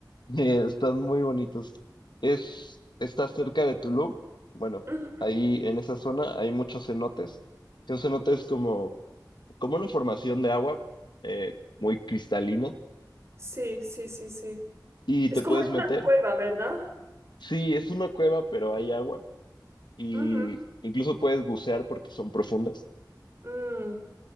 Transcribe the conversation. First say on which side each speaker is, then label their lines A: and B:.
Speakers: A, on the left; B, on the right.
A: Eh, están muy bonitos. Es, está cerca de Tulum. Bueno,
B: Ujú.
A: ahí en esa zona hay muchos cenotes. Que un cenote es como como una formación de agua eh, muy cristalina
B: Sí, sí, sí, sí.
A: y
B: Es
A: te
B: como
A: puedes meter.
B: una cueva, ¿verdad?
A: Sí, es una cueva, pero hay agua y
B: Ujú.
A: incluso puedes bucear porque son profundas.
B: Mm,